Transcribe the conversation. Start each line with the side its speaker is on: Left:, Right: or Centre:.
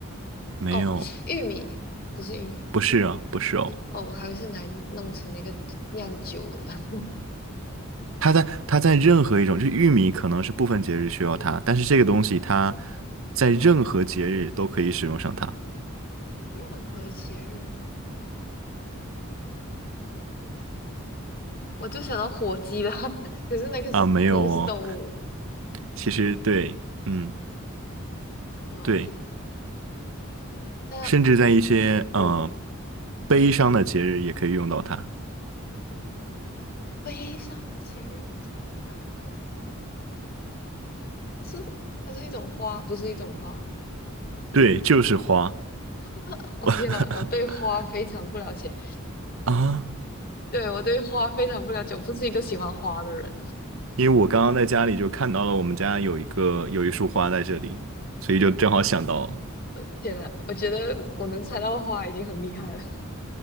Right: 没有，
Left: 哦，玉米不是玉米，
Right: 不是啊，不是哦。
Left: 哦，我还以为是来弄成那个酿酒的。<laughs>
Right: 它在它在任何一种，就玉米可能是部分节日需要它，但是这个东西它
Left: 嗯，
Right: 在任何节日都可以使用上它
Left: 任何节日，我就想到火鸡了，<laughs> 可是那个是那个是动物。
Right: 啊，没有哦。其实对，嗯，
Left: 我天，
Right: 对，
Left: 那
Right: 甚至在一些呃
Left: 嗯，
Right: 悲伤的节日也可以用到它。
Left: 悲伤的节日，它它它它它是它是一种花，不是一种花。
Right: 对，就是花
Left: 哦它，我、
Right: <laughs>
Left: 天呐，我对花非常不了解，
Right: 啊。
Left: 对我对花非常不了解，我不是一个喜欢花的人。
Right: 因为我刚刚在家里就看到了我们家有一个有一束花在这里，所以就正好想到，
Left: 天呐，我觉得我能猜到花已经很厉害了。